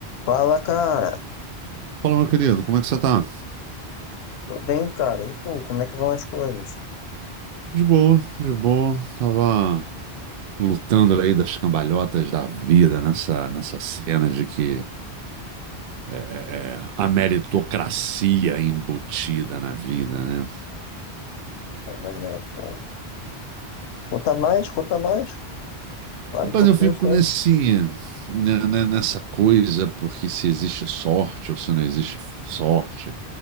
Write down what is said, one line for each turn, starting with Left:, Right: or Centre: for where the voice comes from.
Left: Fala, cara.
Right: Fala, meu querido, como é que você tá?
Left: Tô bem, cara. E tu, como é que vão as coisas?
Right: De boa, de boa. Tava lutando aí das cambalhotas da vida nessa, nessa cena de que é, é, é, a meritocracia é embutida na vida, né?
Left: É verdade, cara. Conta mais, conta mais. Fale
Right: Rapaz,
Left: um pouquinho
Right: eu fico
Left: só.
Right: nesse, né, né, nessa coisa, porque se existe sorte ou se não existe sorte,